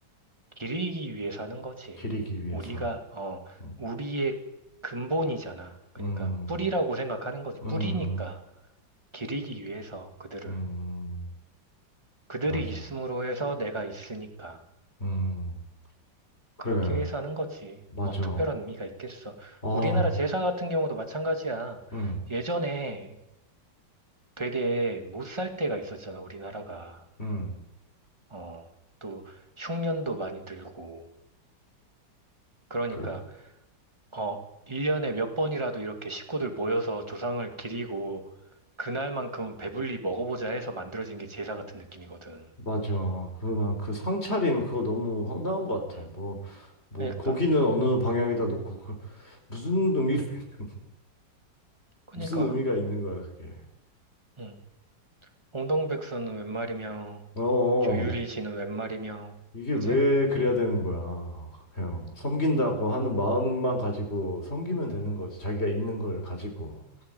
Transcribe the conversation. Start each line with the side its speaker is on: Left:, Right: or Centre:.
Right: 기르기 위해 사는 거지.
Left: 기리기 위해서
Right: 우리가, 어,
Left: 음.
Right: 우리의 근본이잖아. 그러니까
Left: 음.
Right: 뿌리라고 생각하는 거지. 뿌리니까
Left: 음.
Right: 기르기 위해서 그들을.
Left: 음,
Right: 그들이
Left: 맞아.
Right: 있음으로 해서 내가 있으니까.
Left: 음, 그래,
Right: 그렇게 위해서 하는 거지.
Left: 맞아.
Right: 뭔 특별한 의미가 있겠어.
Left: 아,
Right: 우리나라 제사 같은 경우도 마찬가지야.
Left: 응,
Right: 예전에 되게 못 살 때가 있었잖아, 우리나라가.
Left: 응,
Right: 어, 또 흉년도 많이 들고. 그러니까
Left: 그래,
Right: 어, 1년에 몇 번이라도 이렇게 식구들 모여서 조상을 기리고 그날만큼은 배불리 먹어보자 해서 만들어진 게 제사 같은 느낌이거든.
Left: 맞아. 그, 나 그 상차림 그거 너무 황당한 것 같아.
Right: 음.
Left: 뭐, 뭐,
Right: 그러니까,
Left: 고기는 어느 방향에다 놓고, 그, 무슨 의미, <laughs>
Right: 그러니까,
Left: 무슨 의미가 있는 거야, 그게.
Right: 음. 홍동백서는 웬 말이며,
Left: 어, 어.
Right: 조유리시는 웬 말이며,
Left: 이게
Right: 그지?
Left: 왜 그래야 되는 거야. 그냥 섬긴다고 하는 마음만 가지고 섬기면 되는 거지. 자기가 있는 걸 가지고.